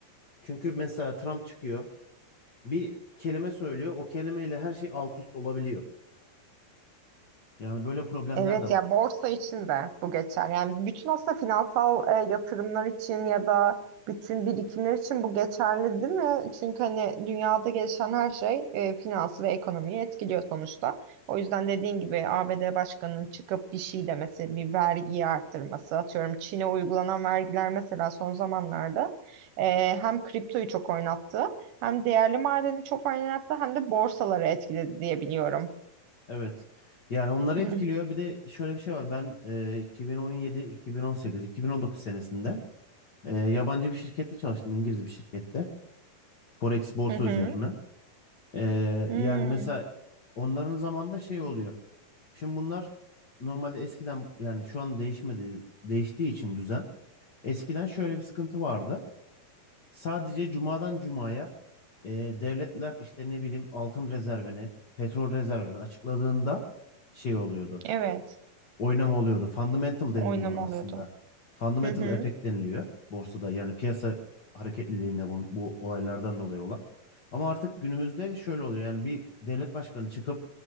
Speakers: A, on the left (about 50°); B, on the right (about 70°).
A: Çünkü mesela Trump çıkıyor, bir kelime söylüyor, o kelimeyle her şey alt üst olabiliyor. Yani böyle problemler
B: Evet
A: de var.
B: ya borsa için de bu geçer. Yani bütün aslında finansal e, yatırımlar için ya da bütün birikimler için bu geçerli değil mi? Çünkü hani dünyada gelişen her şey e, finansı ve ekonomiyi etkiliyor sonuçta. O yüzden dediğin gibi ABD Başkanı'nın çıkıp bir şey demesi, bir vergiyi arttırması, atıyorum Çin'e uygulanan vergiler mesela son zamanlarda e, hem kriptoyu çok oynattı, hem değerli madeni çok oynattı, hem de borsaları etkiledi diye biliyorum.
A: Evet. Yani onları
B: <laughs>
A: etkiliyor. Bir de şöyle bir şey var. Ben e, 2017, 2018, 2019 senesinde e, yabancı bir şirkette çalıştım. İngiliz bir şirkette. Forex borsa
B: Hı hı.
A: üzerine. E,
B: Hmm.
A: yani mesela onların zamanında şey oluyor. Şimdi bunlar normalde eskiden yani şu an değişmedi, değiştiği için düzen. Eskiden şöyle bir sıkıntı vardı. Sadece cumadan cumaya e, devletler işte ne bileyim altın rezervini, petrol rezervini açıkladığında şey oluyordu.
B: Evet.
A: oynama oluyordu. Fundamental deniliyor
B: Oynama
A: buna aslında.
B: oluyordu.
A: Fundamental
B: Hı hı.
A: effect deniliyor borsada. Yani piyasa hareketliliğine bu, bu olaylardan dolayı olan. Ama artık günümüzde şöyle oluyor. Yani bir devlet başkanı çıkıp